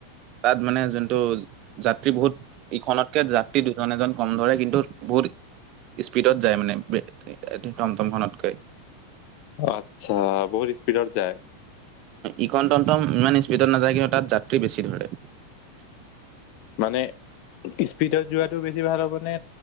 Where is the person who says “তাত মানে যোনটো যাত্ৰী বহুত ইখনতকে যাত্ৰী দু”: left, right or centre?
Right